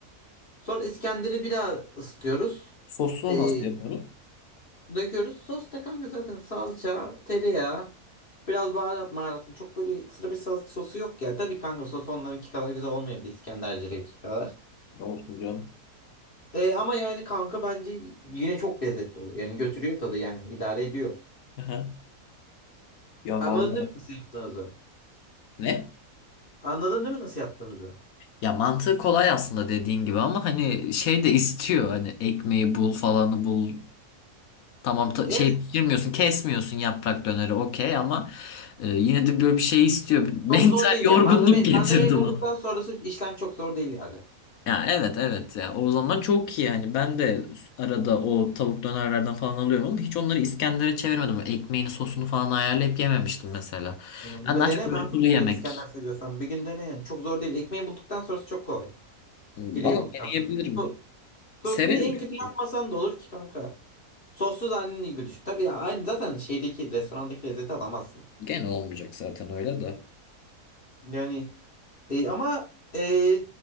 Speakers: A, on the left; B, on the left.
A: Sonra İskender'i bir daha ısıtıyoruz.
B: Sosunu
A: Ee,
B: nasıl yapıyorsunuz?
A: döküyoruz. Sos da kanka zaten salça, tereyağı, biraz baharat maharatın. Çok böyle ekstra bir sos, sosu yok ya. Tabii kanka sos onlarınki kadar güzel olmuyor bir İskenderci'deki kadar.
B: Ne olsun diyorum.
A: Ee, ama yani kanka bence yine çok lezzetli oluyor. Yani götürüyor tadı yani idare ediyor.
B: Aha. Ya
A: Anladın
B: vallahi.
A: değil mi nasıl yaptığımızı?
B: Ne?
A: Anladın değil mi nasıl yaptığımızı?
B: Ya mantığı kolay aslında dediğin gibi ama hani şey de istiyor hani ekmeği bul falanı bul Tamam ta-
A: Evet.
B: şey pişirmiyorsun, kesmiyorsun yaprak döneri okey ama e, yine de böyle bir şey istiyor. <laughs> Mental
A: Çok zor değil
B: yorgunluk
A: yani. Malzeme, malzemeyi
B: getirdi
A: bulduktan
B: bana.
A: sonrası işlem çok zor değil yani.
B: Ya evet evet ya o zaman çok iyi yani ben de arada o tavuk dönerlerden falan alıyorum ama hiç onları İskender'e çevirmedim. Ekmeğini sosunu falan ayarlayıp yememiştim mesela.
A: Hı.
B: Ben
A: Bir
B: daha
A: dene
B: çok
A: kanka
B: böyle sulu
A: önce
B: yemek.
A: İskender seviyorsan. Bir gün dene yani. Çok zor değil. Ekmeği bulduktan sonrası çok kolay.
B: hmm,
A: Pideyi
B: Valla
A: bulduktan
B: deneyebilirim.
A: sonra. So-
B: Severim
A: Sosunu en
B: çünkü.
A: kötü yapmasan da olur ki kanka. Sossuz halini gibi düşün. Tabii ya, aynı zaten şeydeki restorandaki lezzeti alamazsın.
B: Gene olmayacak zaten öyle
A: Yani e, ama e,